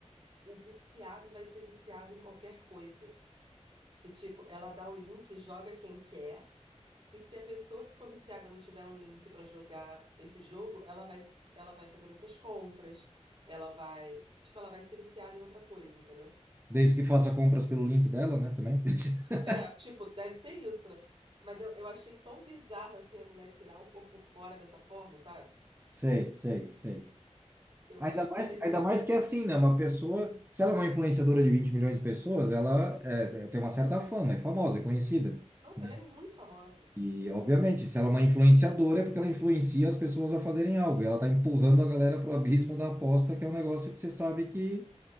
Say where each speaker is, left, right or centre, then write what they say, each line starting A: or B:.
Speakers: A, on the right (about 50°); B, on the right (about 20°).
A: o viciado vai ser viciado em qualquer coisa. Que, tipo, ela dá o link, joga quem quer, e se a pessoa que for viciada não tiver um link pra jogar esse jogo, ela vai, ela vai fazer muitas compras, ela vai. Tipo, ela vai ser viciada em outra coisa, entendeu?
B: Desde que faça compras pelo link dela, né, também. <laughs>
A: É, tipo, deve ser isso, né? Mas eu, eu achei tão bizarro assim a mulher tirar o corpo fora dessa forma, sabe?
B: Sei, sei, sei.
A: Eu
B: Ainda
A: acho que
B: mais,
A: teria.
B: ainda mais que é assim, né? Uma pessoa, se ela é uma influenciadora de 20 milhões de pessoas, ela é, tem uma certa fama, é famosa, é conhecida.
A: Nossa,
B: né?
A: ela é muito famosa.
B: E, obviamente, se ela é uma influenciadora, é porque ela influencia as pessoas a fazerem algo. E ela está empurrando a galera pro abismo da aposta, que é um negócio que você sabe que,